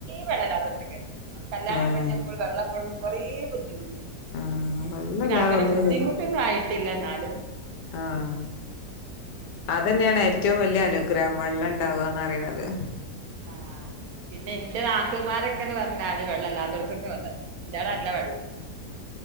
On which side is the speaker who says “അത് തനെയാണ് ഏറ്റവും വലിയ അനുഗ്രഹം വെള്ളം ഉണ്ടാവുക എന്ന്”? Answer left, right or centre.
Left